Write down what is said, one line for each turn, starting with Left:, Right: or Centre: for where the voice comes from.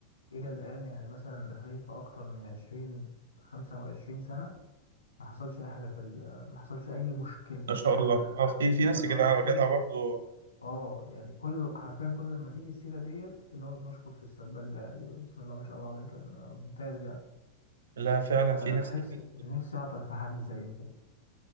Left: الى الان يعني مثلا داخلين في اكتر من 20 25 سنه ما حصلش اي حاجه في ال... ما حصلش اي مشكله
Right: ما شاء
Left: لا
Right: الله
Left: لا
Right: اه في في
Left: لا
Right: ناس
Left: ترشيح
Right: جدعة جدعة برضه
Left: اه يعني كل حرفيا كل لما تيجي السيره ديت بنقعد نشكر في السباك ده يعني بسم الله ما شاء الله عليه كان ممتاز يعني
Right: لا فعلا
Left: انا
Right: في ناس
Left: أنا
Right: كتير
Left: نفسي نفسي اعطر في حد زيه كده